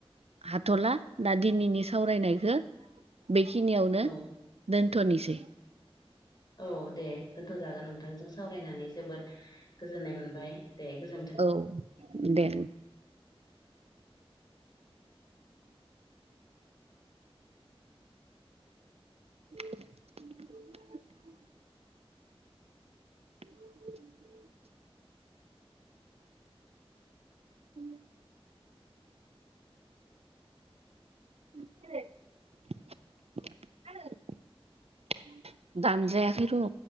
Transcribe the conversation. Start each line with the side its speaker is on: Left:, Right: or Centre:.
Right: हाथ'ला दा दिनैनि सावरायनायखौ बेखिनियावनो
Left: औ
Right: धन धनि से
Left: औ दे दोनथ'जागोन नोंथांजों सावरायनानै जोबोद गोजोननाय मोनबाय दे गोजोन्थों
Right: औ दे उ <inaudible> उ <unintelligible> दानजायाखै र'